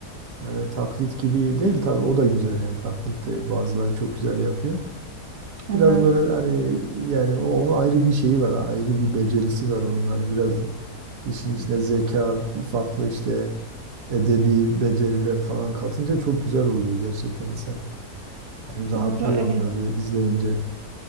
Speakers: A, on the right; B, on the right.
A: e, taklit gibi değil tabii o da güzel yani taklit de bazıları çok güzel yapıyor.
B: Hı hı.
A: Biraz böyle hani yani o onun ayrı bir şeyi var, ayrı bir becerisi var onun hani biraz işin içine zeka, farklı işte edebi beceriler falan katınca çok güzel oluyor gerçekten insan. Yani rahatlıyor
B: Doğru evet.
A: onları izleyince.